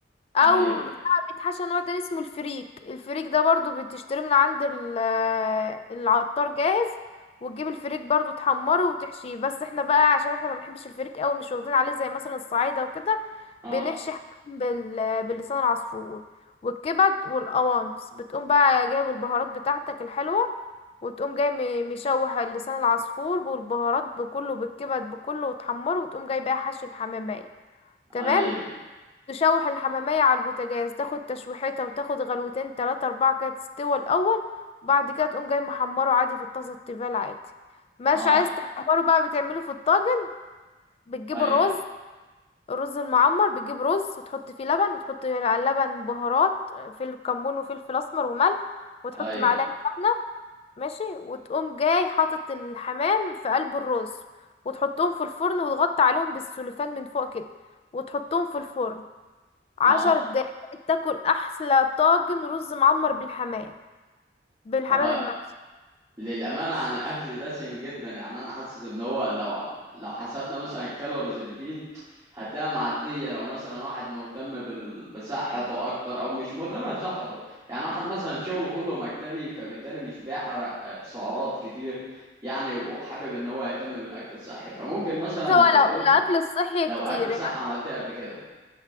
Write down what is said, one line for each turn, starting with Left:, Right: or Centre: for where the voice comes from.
Left: او
Right: ايوه
Left: بتاع بيتحشى نوع تاني اسمه الفريك الفريك ده برضو بتشتريه من عند ال- آه، العطار جاهز وتجيب الفريك برضو تحمره وتحشيه بس احنا بقى عشان احنا ما بنحبش الفريك قوي مش واخدين عليه زي مثلا الصعايده وكده
Right: اه
Left: بنحشي حاجة بال... باللسان العصفور والكبد والقوانص بتقوم بقى جايب البهارات بتاعتك الحلوه وتقوم جاي م- مشوح اللسان العصفور بالبهارات بكله بالكبد بكله وتحمره وتقوم جاي بقى حشي الحمامية تمام
Right: ايوه
Left: تشوح الحمامية على البوتاجاز تاخد تشويحتها وتاخد غلوتين تلاتة أربعة كده تستوى الأول وبعد كده تقوم جاي محمره عادي في الطاسة التيفال عادي مش
Right: اه
Left: عايز تحمره بقى بتعمله في الطاجن بتجيب
Right: ايوه
Left: الرز الرز المعمر بتجيب رز وتحط فيه لبن وتحط على اللبن بهارات فلفل كمون وفلفل أسمر وملح وتحط
Right: ايوه
Left: معلقة سمنة ماشي وتقوم جاي حاطط الحمام في قلب الرز وتحطهم في الفرن وتغطي عليهم بالسوليفان من فوق كده وتحطهم في الفرن عشر
Right: اه
Left: دقايق تاكل احلى طاجن رز معمر بالحمام بالحمام
Right: هو
Left: المحشي
Right: للأمانة عن الأكل دسم جدا يعني أنا حاسس إن هو لو لو حسبنا مثلا الكالوريز اللي فيه هتلاقيها معدية لو مثلا واحد مهتم بال... بصحته أكتر أو مش مهتم بصحته يعني واحد مثلا شغله كله مكتبي فبالتالي مش بيحرق آه، سعرات كتير يعني وحابب إن هو يهتم بالأكل الصحي فممكن مثلا
Left: بس هو
Right: تقولي
Left: لو
Right: لي
Left: الاكل الصحي
Right: لو
Left: كتير
Right: أكل
Left: يعني
Right: صحي عملتها قبل كده